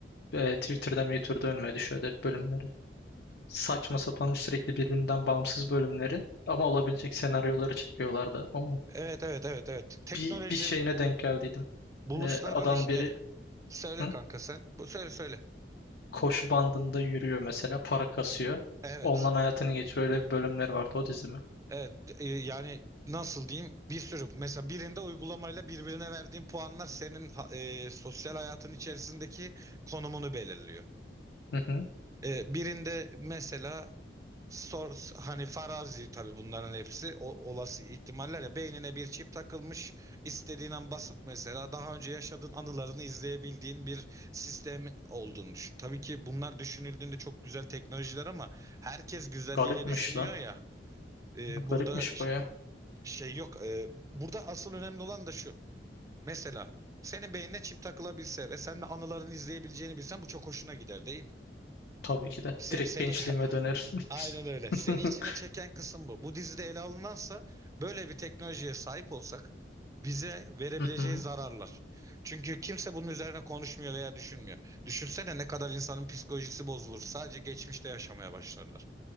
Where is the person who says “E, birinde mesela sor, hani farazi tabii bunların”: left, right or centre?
Right